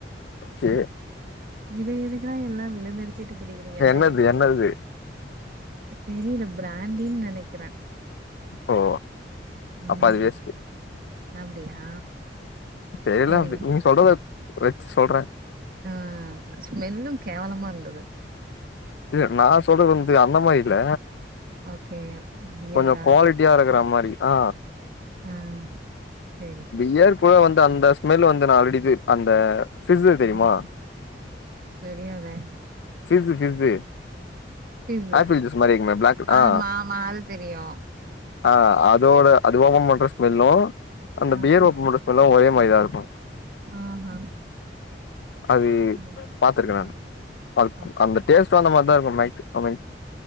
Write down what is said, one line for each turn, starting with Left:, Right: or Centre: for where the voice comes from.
Left: கே
Right: இத எதுக்குலா எல்லா விழுந்தடிச்சுட் குடிக்கிறீங்கனு
Left: என்னது
Right: தா எனக்கு
Left: என்னது
Right: தெரி தெரில பிராண்டினு நெனக்கிறே
Left: ஓ
Right: உம்
Left: அப்ப அது வேஸ்ட்டு
Right: அப்டியா
Left: தெரில
Right: சேரி
Left: அப்டி நீங்க சொல்றத வச்சு சொல்றே
Right: ஆ ஸ்மெல்லூ கேவலமா இருந்தது
Left: இல்ல நா சொல்றது வந்து அந்த மாயில
Right: ஓகே பியரா?
Left: கொஞ்சோ குவாலிட்டியா இருக்குற மாரி ஆ
Right: ஆ சேரி சேரி.
Left: பியர் கூல வந்து அந்த ஸ்மெலு வந்து நால்ரடி அந்த ஃப்ஸு தெரியுமா
Right: ம் தெரியாதே
Left: fizz fizz
Right: fizz
Left: apple juice மாறிருக்குமே ப்ளாக் ஆ
Right: ஆமா ஆமா அது தெரியு.
Left: ஆ அதோட அது ஓப்பம் பண்ற ஸ்மெல்லூ அந்த
Right: ஓகே.
Left: பியர் ஓப்பம்பண்ற ஸ்மெல்லூ ஒரே மாரிதா இருக்கூ
Right: ஆஹா
Left: அது
Right: ம்
Left: பாத்திருக்கே நானு
Right: ஆ
Left: அத்
Right: ஓகே.
Left: அந்த டேஸ்ட்ட் அந்த மாதிரிதான் இருக்கும்